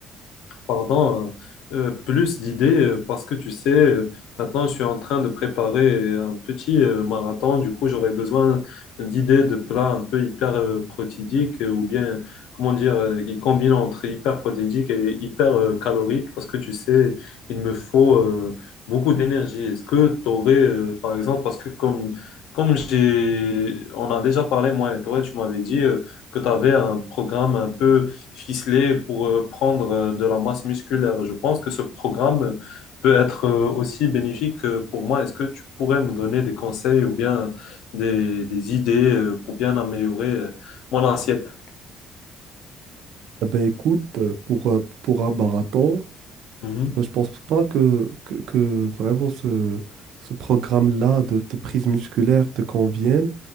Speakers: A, on the left; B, on the right.
A: pardon, euh, euh, plus d'idées euh, parce que tu sais, euh, maintenant je suis en train de préparer un petit euh, marathon. Du coup, j'aurais besoin d'idées de plats un peu hyper euh, protidiques euh, ou bien, comment dire, euh, qui combinent entre hyper protidique et hyper euh, calorique parce que tu sais, il me faut euh, beaucoup d'énergie. Est-ce que tu aurais, par exemple, parce que comme, comme j'ai, on a déjà parlé, moi et toi, tu m'avais dit euh, que tu avais un programme un peu ficelé pour euh, prendre euh, de la masse musculaire. Je pense que ce programme peut être euh, aussi bénéfique euh, pour moi. Est-ce que tu pourrais me donner des conseils ou bien des, des idées euh, pour bien améliorer euh, mon assiette?
B: Eh Ben écoute, euh, pour, euh, pour un marathon,
A: Mhm.
B: ben, je pense pas que, que, que vraiment ce, ce programme-là de, de prise musculaire te convienne,